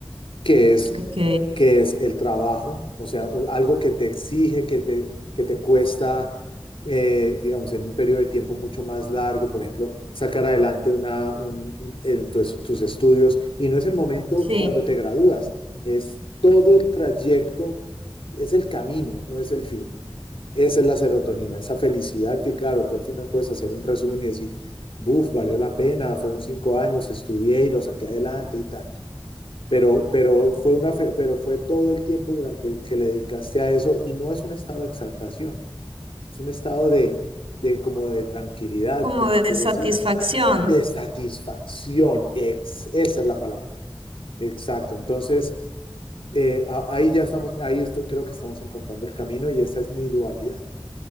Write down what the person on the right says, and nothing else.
Ok,
sí,
como
de
satisfacción.